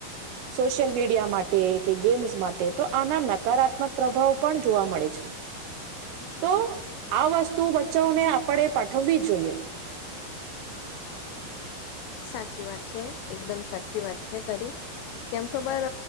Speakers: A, on the right; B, on the left.
A: સોશિયલ મીડિયા માટે કે ગેમ્સ માટે તો આના નકારાત્મક પ્રભાવ પણ જોવા મળે છે તો આ વસ્તુ <unintelligible> આપણે પાઠવી જોઈએ
B: સાચી વાત છે એકદમ સાચી વાત છે તારી કેમ ખબર